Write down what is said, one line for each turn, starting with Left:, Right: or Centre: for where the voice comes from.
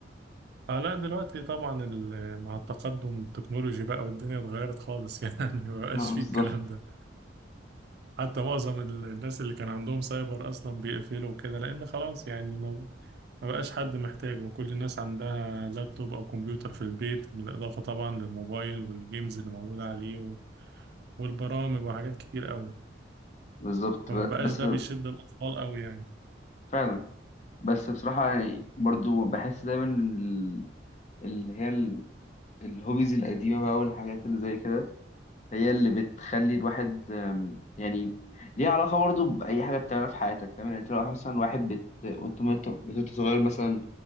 Right: اه لا دلوقتي طبعا ال- مع التقدم التكنولوجي بقى والدنيا اتغيرت خالص <laughs> يعني ما بقاش
Left: ما
Right: فيه
Left: بالظبط
Right: الكلام ده حتى معظم ال- الناس اللي كان عندهم سايبر اصلا بيقفلوا كده لان خلاص يعني ما ما بقاش حد محتاجه وكل الناس عندها لابتوب او كمبيوتر في البيت بالاضافة طبعا للموبايل والجيمز اللي موجودة عليه وال- والبرامج وحاجات كتير قوي
Left: بالظبط
Right: فما بقاش
Left: بس
Right: ده بيشد الاطفال قوي يعني
Left: فعلا بس بصراحه يعني برضه بحس دايما إن ال- اللي هي ال- الهوبيز القديمه بقى والحاجات اللي زي كده هي اللي بتخلي الواحد أم، يعني ليها علاقة برضو بأي حاجة بتعملها في حياتك فاهم يعني انت لو مثلا واحد بت... وانت مت- وانت صغير مثلا